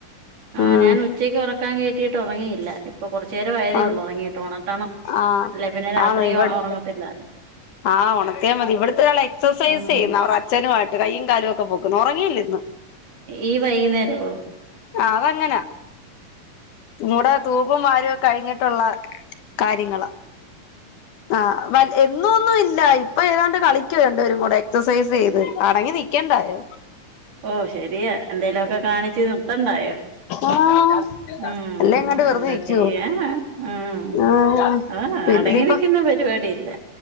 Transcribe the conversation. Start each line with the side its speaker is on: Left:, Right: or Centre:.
Right: ആ
Left: ഉം
Right: ഞാൻ ഉച്ചക്കൊറക്ക ക്കാൻ കേറ്റിയിട്ട് ഒറങ്ങിയില്ല ഇപ്പൊ കൊറച്ചു നേരവായതേയൊള്ളു
Left: ആഹ്
Right: ഒറങ്ങീട്ട് ഒണർത്തണം
Left: ആഹ്
Right: അല്ല പിന്നെ രാത്രി
Left: ആന്ന് ഇവട്
Right: ഒറങ്ങത്തില്ല
Left: ആഹ് ഒണത്തിയാ മതി ഇവടുത്തെ ആള് എക്സർസൈസ്
Right: ഉം
Left: ചെയ്യുന്നു അവർ അച്ഛനുവായിട്ട് കൈ യും കാലൊക്കെ പോക്കണു ഒറങ്ങിയില്ലിന്ന്
Right: ഈ വൈകുന്നേരവോ
Left: അതങ്ങനാ ഇതുടെ തൂപ്പും കാര്യം കഴിഞ്ഞിട്ടുള്ള കാര്യങ്ങളാ ആ വ എന്നൊന്നും ഇല്ല ഇല്ല ഇപ്പൊ ഏതാണ്ട് കളിക്കവ രണ്ടുപേരും കൂടെ എക്സസൈസ് ചെയ്ത് അടങ്ങി നിക്കണ്ടായെ
Right: ഓഹ് ശരിയാ എന്തേലു ഒക്കെ കാണിച്ച് നിർത്തണ്ടായോ
Left: ആഹ്
Right: ഉം
Left: അല്ലാം ഇങ്ങാട്ട് വെറുതെ
Right: എന്താ
Left: ഇക്കുവോ
Right: ചെയ്യാ ഉം
Left: ആഹ്
Right: ആഹ്
Left: പിന്ന
Right: അടങ്ങി
Left: ഇപ്പ
Right: നിക്കുന്ന പരിപാടിയില്ല